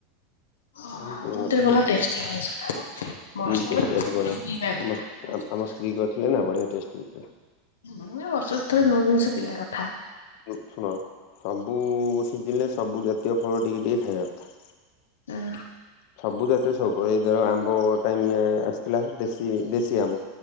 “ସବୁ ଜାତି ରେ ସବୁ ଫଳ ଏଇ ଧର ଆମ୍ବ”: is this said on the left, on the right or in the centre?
Left